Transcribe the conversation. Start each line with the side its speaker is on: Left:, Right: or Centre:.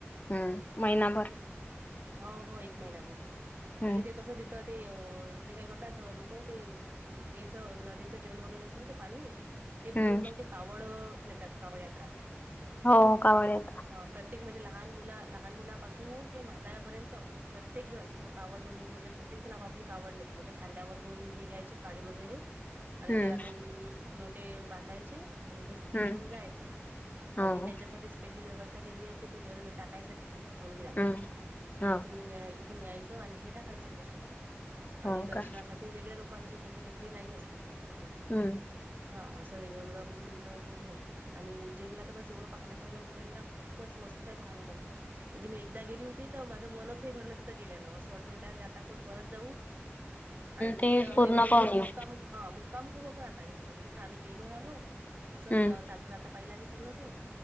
Left: हम्म महिनाभर.
Right: हो हो एक महिनाभर
Left: हम्म
Right: म्हणजे ते कस. तर ते हे काय करतात लोक ते. तेच नदीचं जल वगैरे असेल ते पाणी. ते
Left: हम्म
Right: भरून मग ते कावड नेतात कावड यात्रा.
Left: हो कावडत.
Right: प्रत्येक म्हणजे लहान मुला लहान मुलापासून ते म्हाताळ्यापर्यंत. प्रत्येक जण तिथं कावड म्हणून म्हणजे प्रत्येक जण आपली कावड नेतो म्हणजे खांद्यावर दोन हे घ्यायचे काळी वगैरे आणि
Left: हम्म
Right: त्याला दोन लोटे बांधायचे आणि बस ते
Left: हम्म
Right: घेऊन जायचं
Left: हो
Right: आणि त्याच्यासाठी स्पेशल व्यवस्थ ज टाका म
Left: हम्म
Right: किंवा
Left: हो
Right: तुम् तथून यायचं आणि हे टाकायचं पेशर
Left: हो
Right: आणि दर्शनासाठी
Left: का
Right: वेगळे लकां म्हणजे वेगळी लाईन असते त्यांच्यासाठी
Left: हम्म
Right: हा असं वेगळवेगळं म्हणजे तथं खूपी असते आणि उज्जैनला तर बस एवढं पाहण्यासारख्याज्जैनला खूपच मस्त आहे पाहानचा म्हणजे मी एकदा गेली होती तर माझं मनच नाही भरलं तिथं गेल्यान असं वाट आता आपण परत जाऊ आणि तिथ
Left: ते पूर्ण
Right: एक दोन
Left: पाहून
Right: दिवस
Left: येऊ
Right: मुक्का मुक् हा मुक्काम करू पण आताथ म्हणजे कस आम्ही गेलो ना लोक असंच
Left: हम्म
Right: चालता चालता पाहिलं मही सगळं ते